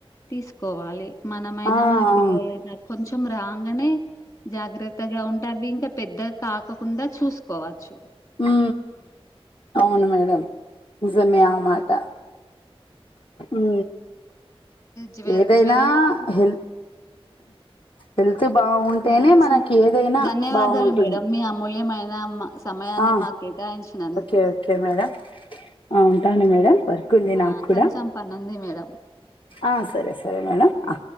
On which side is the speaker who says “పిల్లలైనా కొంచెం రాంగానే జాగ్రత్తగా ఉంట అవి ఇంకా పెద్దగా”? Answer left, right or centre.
Left